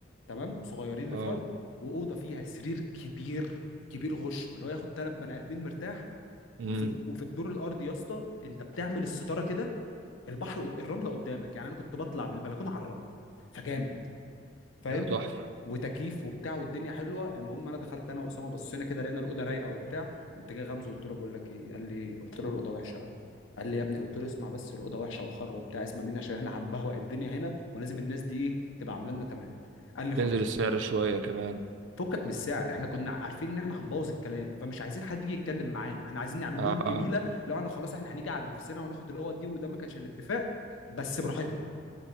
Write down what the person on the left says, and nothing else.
تمام صغيرين
لفرد واوضه فيها سرير كبير كبير غشم اللي هو ياخد ثلاث بني ادمين مرتاح
وفي وفي الدور الارضي يا اسطى انت بتعمل الستاره كده البحر قد- الرمله قدامك يعني انا كنت بطلع من البلكونه على الرمله فجامد فاهم
وتكييف وبتاع والدنيا حلوه المهم انا دخلت انا واسامه بصينا كده لقينا الاوضه رايقه وبتاع قمت جاي غمزه قلت له بقول لك ايه قال لي قلت له الاوضه وحشه قال لي يا ابني قلت له اسمع بس الاوضه وحشه وخرا وبتاع اسمع مني عشان احنا هنبهوأ الدنيا هنا ولازم الناس دي ايه تبقى عامله لنا تمام قال لي خلاص
فكك من السعر احنا كنا عارفين ان احنا هنبوظ الكلام فمش عايزين حد يجي يتكلم معانا احنا عايزين نعمل
لهم جميله
لو احنا خلاص احنا هنيجي على نفسنا وناخد الاوض دي وده ما كانش الاتفاق بس براحتنا